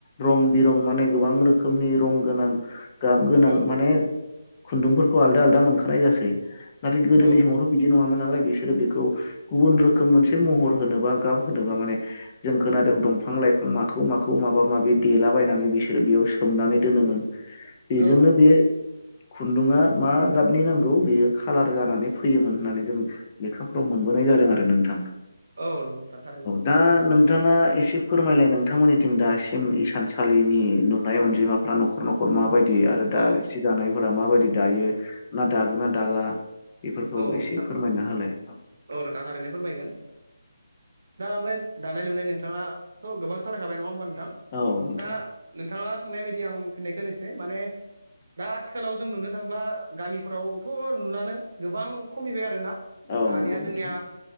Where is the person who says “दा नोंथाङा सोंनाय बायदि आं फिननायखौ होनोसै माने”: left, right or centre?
Right